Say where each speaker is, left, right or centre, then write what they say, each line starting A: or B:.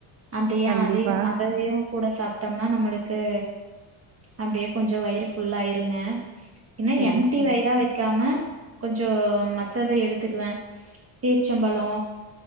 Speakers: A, on the right; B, on the right.
A: அப்டியே
B: கண்டிப்பா
A: அதயு அதயு கூட சாப்டம்னா நம்ளு க்கு அப்டியே கொஞ்சொ வயிறு ஃபுல்லாயிருங்க என்ன
B: சரி
A: எம்டி
B: சரி
A: வயிறா வெக்காம கொஞ்சொ மத்தத எடுத்துக்குவே பேர்ச்சம்பழோ